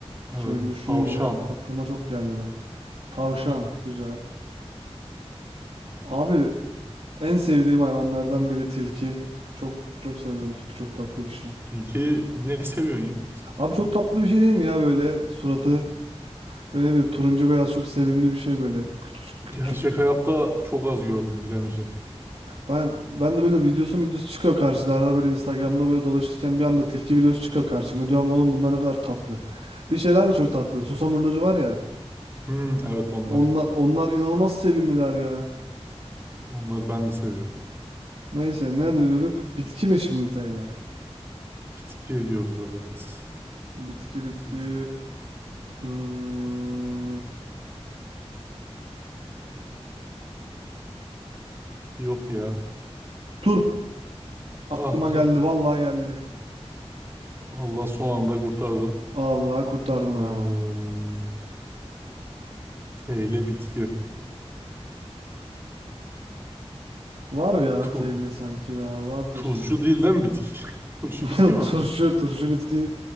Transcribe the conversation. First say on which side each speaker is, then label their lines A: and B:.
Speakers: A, on the right; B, on the right.
A: Evet.
B: Şöyle bir düşününce
A: Tavşan.
B: aklıma çok geldi. Tavşan, güzel. Abi en sevdiğim hayvanlardan biri tilki. Çok çok seviyorum tipi, çok tatlı bir şey.
A: Peki ne seviyorsun ya?
B: Abi çok tatlı bir şey değil mi ya böyle suratı? Öyle bir turuncu beyaz çok sevimli bir şey böyle. Küçük küçük.
A: Gerçek hayatta çok az gördüm bilemeyeceğim.
B: Ben ben de böyle videosu videosu çıkıyor karşıda. Arada böyle Instagram'da böyle dolaşırken bir anda tilki videosu çıkıyor karşıma. Diyorum oğlum bunlar ne kadar tatlı. Bir şeyler de çok tatlı. Susamurları var ya.
A: Hmm, evet onlar.
B: Onlar, onlar inanılmaz sevimliler ya.
A: Onları ben de seviyorum.
B: Neyse ne diyorduk? Bitki mi şimdi TL?
A: Bitki diyoruz evet.
B: Bitki bitki.
A: Bitki
B: Hmm,
A: yok ya.
B: turp. Aklıma
A: Ah turp.
B: geldi vallahi geldi.
A: Allah son anda kurtardın.
B: Allah kurtardım ha.
A: Ee, T ile bitki.
B: Var ya
A: Tu.
B: TL sanki daha vardır.
A: Turşu değil değil mi bitki? <laughs> Turşu
B: <laughs>
A: bitki mi?
B: Turşu turşu bitki